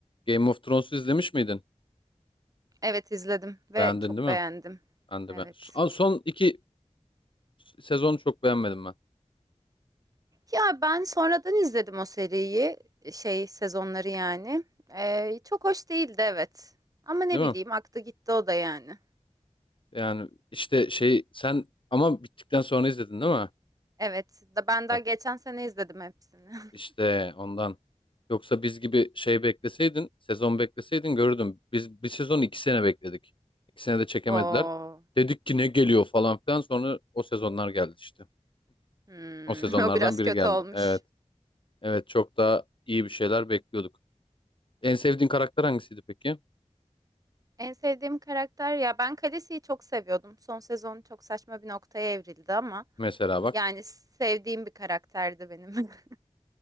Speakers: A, on the left; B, on the right.
A: Game of Thrones'u izlemiş miydin?
B: Evet izledim ve
A: Beğendin
B: çok
A: değil
B: beğendim.
A: mi? Ben de
B: Evet.
A: ben. Son son iki sezonu çok beğenmedim ben.
B: Ya ben sonradan izledim o seriyi, şey sezonları yani. Ee, çok hoş değildi evet. Ama ne
A: Değil
B: bileyim
A: mi?
B: aktı gitti o da yani.
A: Yani işte şey sen ama bittikten sonra izledin değil mi?
B: Evet, da ben
A: İşte
B: daha geçen sene izledim hepsini. <laughs>
A: işte ondan. Yoksa biz gibi şey bekleseydin, sezon bekleseydin görürdüm. Biz bir sezon iki sene bekledik. İki sene de çekemediler.
B: Oo,
A: Dedik ki ne geliyor falan filan sonra o sezonlar geldi işte.
B: hmm,
A: O sezonlardan
B: <laughs> o biraz
A: biri
B: kötü
A: geldi.
B: olmuş.
A: Evet. Evet çok daha iyi bir şeyler bekliyorduk. En sevdiğin karakter hangisiydi peki?
B: En sevdiğim karakter ya ben Khaleesi'yi çok seviyordum. Son sezon çok saçma bir noktaya evrildi ama
A: Mesela bak.
B: yani sevdiğim bir karakterdi benim. <laughs>